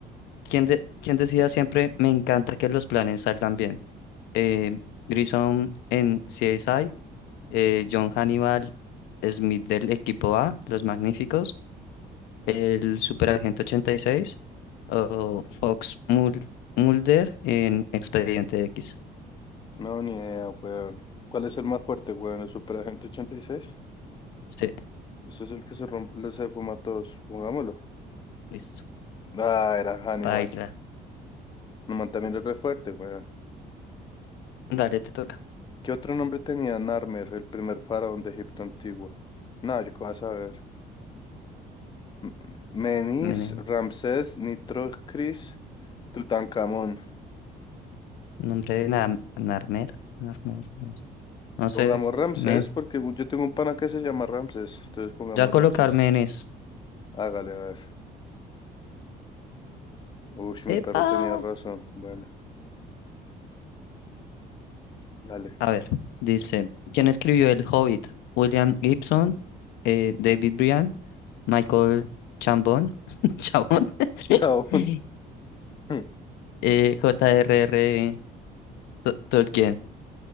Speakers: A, on the left (about 85°); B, on the left (about 25°).
A: ¿Quién, de- quién decía siempre, me encanta que los planes salgan bien? Eh, Grissom en CSI, eh, John Hannibal Smith del equipo A, Los Magníficos, el Superagente 86, o Fox Mul- Mulder en Expediente X.
B: No, ni idea, weón. ¿Cuál es el más fuerte, weón? ¿El Superagente ochenta y seis.
A: Sí,
B: Ese es el que se rompe, se fuma a todos. Pongámoslo.
A: listo.
B: Ah, era Hannibal.
A: Baila.
B: No, man, también es re fuerte, güey.
A: Dale, te toca.
B: ¿Qué otro nombre tenía Narmer, el primer faraón de Egipto antiguo? No, yo qué vas a saber. M- Menis,
A: Menes-
B: Ramsés, Nitrocris, Tutankamón.
A: Nombre de Nam- Narmer. Narmer, no sé. No sé.
B: Pongamos Ramsés
A: Men.
B: porque yo tengo un pana que se llama Ramsés. Entonces pongamos
A: Ya colocar
B: Ramsés.
A: Menes.
B: Hágale, a ver. Uy, mi
A: ¡Epa!
B: perro tenía razón. Bueno, dale.
A: A ver, dice, ¿quién escribió El Hobbit? William Gibson, eh, David Bryan, Michael Chambon, <laughs> Chabón,
B: Chao.
A: <laughs>
B: <laughs>
A: eh, J.R.R. Tol- Tolkien.